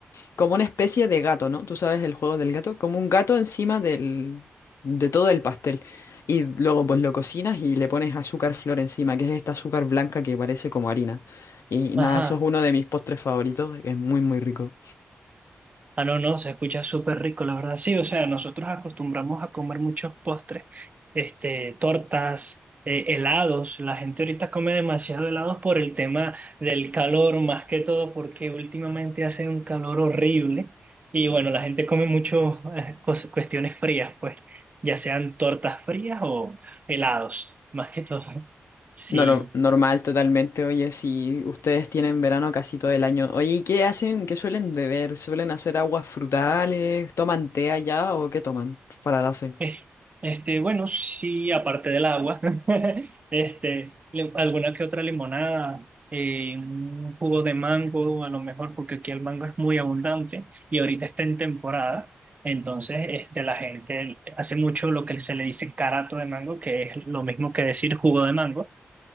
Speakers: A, on the left (about 75°); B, on the right (about 30°).
A: como una especie de gato, ¿no? Tú sabes el juego del gato, como un gato encima del, de todo el pastel. Y luego pues lo cocinas y le pones azúcar flor encima, que es esta azúcar blanca que parece como harina. Y nada,
B: Ajá.
A: eso es uno de mis postres favoritos, que es muy muy rico.
B: Ah, no, no, se escucha súper rico, la verdad. Sí, o sea, nosotros acostumbramos a comer muchos postres, este, tortas, eh, helados. La gente ahorita come demasiado helados por el tema del calor, más que todo porque últimamente hace un calor horrible. Y bueno, la gente come mucho, eh, cos- cuestiones frías, pues, ya sean tortas frías o helados, más que todo. <laughs> Sí.
A: Nor- normal totalmente, oye, si ustedes tienen verano casi todo el año. Oye, ¿y qué hacen? ¿Qué suelen beber? ¿Suelen hacer aguas frutales? ¿Toman té allá o qué toman para la sed?
B: Es- Este, bueno, sí, aparte del agua, <laughs> este, le- alguna que otra limonada, eh, un jugo de mango, a lo mejor, porque aquí el mango es muy abundante y ahorita está en temporada. Entonces, este, la gente hace mucho lo que se le dice carato de mango, que es lo mismo que decir jugo de mango.